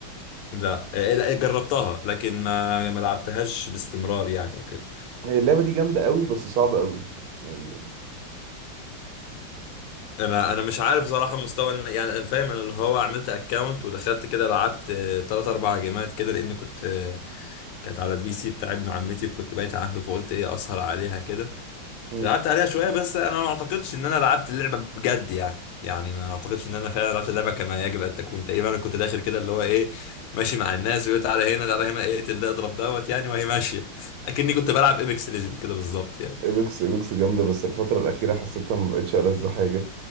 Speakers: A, on the left (about 85°); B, on the right (about 80°).
A: لا إيه، لا جربتها لكن ما ما لعبتهاش باستمرار يعني وكده
B: هي اللعبة دي جامدة قوي بس صعبة قوي يعني
A: انا انا مش عارف صراحه مستوى إن- يعني انا فاهم انا اللي هو عملت اكونت ودخلت كده لعبت 3 4 جيمات كده لان كنت آه، كانت على البي سي بتاع ابن عمتي كنت بايت عنده فقلت ايه اسهر عليها كده
B: مم.
A: لعبت عليها شوية بس أنا ما أعتقدش إن أنا لعبت اللعبة بجد يعني يعني ما أعتقدش إن أنا فعلا لعبت اللعبة كما يجب أن تكون تقريبا أنا كنت داخل كده اللي هو إيه ماشي مع الناس ويقول تعالى هنا تعالى هنا ايه اقتل ده اضرب دوت يعني وهي ماشية <laughs> أكني كنت بلعب إيبكس ليجند كده بالظبط يعني
B: ايبكس ايبكس جامدة بس الفترة الأخيرة حسيتها ما بقتش ألذ حاجة